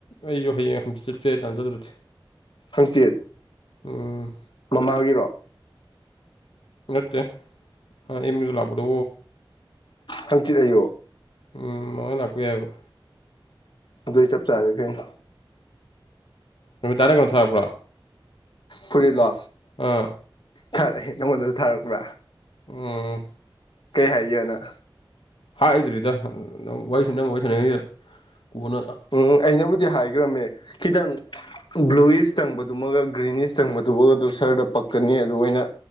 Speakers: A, on the left; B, on the left.
A: ꯑꯩꯁꯨ ꯍꯌꯦꯡ ꯍꯪꯆꯤꯆꯠꯄ ꯌꯥꯏ ꯇꯥꯟꯖꯗ꯭ꯔꯗꯤ
B: ꯍꯪꯆꯦꯠ
A: ꯎꯝ
B: ꯃꯃꯥꯒꯤꯔꯣ
A: ꯅꯠꯇꯦ ꯑꯦꯃꯤꯗꯨ ꯂꯥꯛꯗꯕꯨ
B: ꯍꯪꯆꯤꯠ ꯑꯩꯌꯨ
A: ꯎꯝ ꯃꯉꯥꯅꯤ ꯂꯥꯛꯄ ꯌꯥꯏꯑꯕ
B: ꯑꯗꯨ ꯑꯩ ꯆꯞ ꯆꯥꯔꯦ ꯀꯩꯅꯣ
A: ꯅꯨꯃꯤꯗꯥ ꯇꯔꯦꯛꯅ ꯁꯥꯛꯄ꯭ꯔꯥ
B: ꯐꯨꯔꯤꯂꯣ
A: ꯑꯥ
B: ꯊꯥꯔꯛꯑꯦ ꯅꯪꯉꯣꯟꯗꯁꯨ ꯊꯥꯔꯛꯄ꯭ꯔꯥ
A: ꯎꯝ
B: ꯀꯩ ꯍꯥꯏꯒꯦꯅ
A: ꯍꯥꯏꯗ꯭ꯔꯤꯗ ꯅꯪꯁꯤ ꯅꯪ ꯋꯥꯔꯤꯁꯟꯅꯤꯡꯉꯤꯗ ꯄꯅ
B: ꯎꯝ ꯑꯩꯅꯕꯨꯗꯤ ꯍꯥꯏꯈ꯭ꯔꯝꯃꯦ ꯈꯤꯇꯪ ꯕ꯭ꯂꯨꯋꯤꯁ ꯆꯪꯕꯗꯨꯃꯒ ꯒ꯭ꯔꯤꯟꯤꯁ ꯆꯪꯕꯗꯨꯃꯒꯗꯨ ꯁꯔꯗ ꯄꯛꯀꯅꯤ ꯑꯗꯨ ꯑꯣꯏꯅ